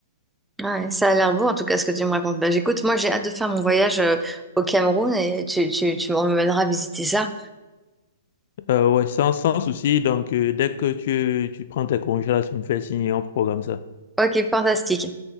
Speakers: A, in the centre; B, on the left (about 50°).
A: Ouais, ça a l'air beau en tout cas ce que tu me racontes. Bah, j'écoute, moi j'ai hâte de faire mon voyage euh, au Cameroun et tu, tu, tu m'emmèneras visiter ça.
B: Euh, ouais, sans, sans souci. Donc, euh, dès que tu, tu prends tes congés là, tu me fais signer, on programme ça.
A: Ok, fantastique.